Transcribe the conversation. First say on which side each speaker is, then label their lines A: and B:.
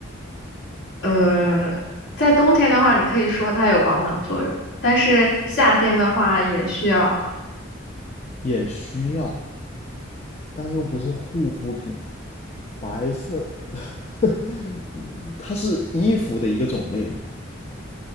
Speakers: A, on the left (about 65°); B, on the left (about 35°).
A: 呃，在冬天的话，你可以说它有保暖作用，但是夏天的话也需要，
B: 也需要，但又不是护肤品。白色 <laughs>，嗯它是衣服的一个种类嘛，